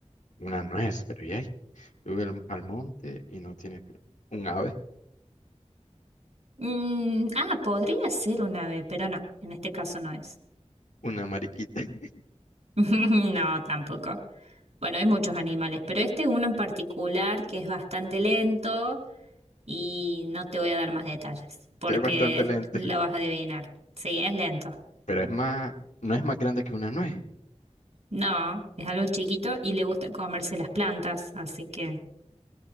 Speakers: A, on the left; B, on the right.
A: Una nuez, pero ya. Sube al, al monte y no tiene pie. Un ave,
B: Mm, ah, podría ser un ave, pero no, en este caso no es.
A: una mariquita, <laughs>
B: <laughs> No, tampoco. Bueno, hay muchos animales, pero este uno en particular que es bastante lento y no te voy a dar más detalles porque
A: que es bastante lento.
B: lo vas a adivinar. Sí, es lento.
A: Pero es más, no es más grande que una nuez.
B: No, es algo chiquito y le gusta comerse las plantas, así que